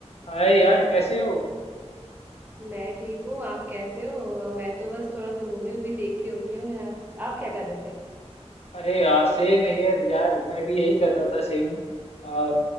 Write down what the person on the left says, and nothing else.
हाय यार कैसे हो
अरे यार सेम यार यार मैं भी यही कर रहा था सेम आ,